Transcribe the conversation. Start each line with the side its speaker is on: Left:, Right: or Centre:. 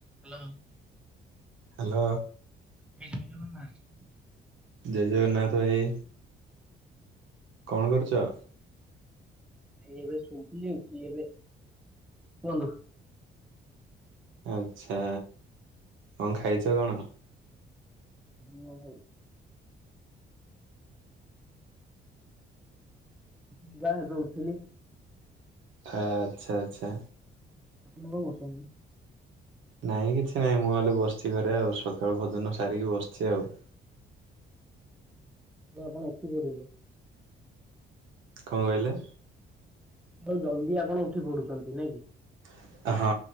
Centre: Hello ହଁ।
Right: Hello.
Centre: ହେ ଜୟ ଜଗନ୍ନାଥ।
Right: ଜୟ ଜଗନ୍ନାଥ ଭାଇ କଣ କରୁଛ?
Centre: ଏଇ ଏବେ ଶୋଇଥିଲି ଆଉ ଉଠିଲି ଏବେ କୁହନ୍ତୁ।
Right: ଆଚ୍ଛା କଣ ଖାଇଛ କଣ?
Centre: ହୁଁ ହୋଉ ଇବା ଏବେ ଉଠିଲି।
Right: ଆଚ୍ଛା ଆଚ୍ଛା।
Centre: ଆପଣ କଣ କରୁଛନ୍ତି?
Right: ନାଇଁ କିଛି ନାଇଁ ମୁଁ ହେଲେ ବସିଛି ଘରେ ଆଉ ସକାଳ ଭଜନ ସାରିକି ବସିଛି ଆଉ।
Centre: ସେ ଆପଣ ଉଠି ପଡ଼ିଲେ।
Right: କଣ କହିଲେ।
Centre: ଜଲଦି ଆପଣ ଉଠି ପଡୁଛନ୍ତି ନାଇଁ କି।
Right: <inaudible> ହଁ